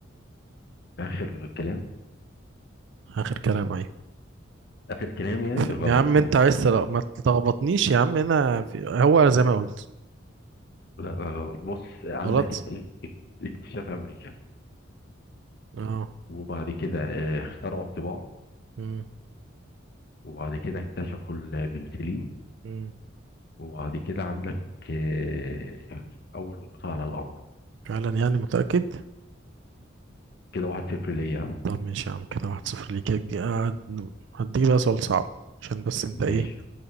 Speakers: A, on the left (about 50°); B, on the right (about 65°).
A: آخر كلام
B: آخر كلام أهي
A: آخر كلام يعني
B: ف-
A: غلط
B: يا عم أنت عايز تل- ما تلخبطنيش يا عم أنا في... هو زي ما قلت
A: لا لا غلط بص عندك
B: غلط
A: اكت- اكتشاف أمريكا
B: اه
A: وبعد كده آه، اخترعوا الطباعة
B: مم.
A: وبعد كده اكتشفوا البنسلين
B: مم.
A: وبعد كده عندك آه، أول هبوط على القمر
B: فعلا يعني متأكد
A: كده واحد صفر ليا
B: طب ماشي يا عم كده واحد صفر ليك هدي- هد- هديك بقى سؤال صعب عشان بس انت
A: ماشي
B: ايه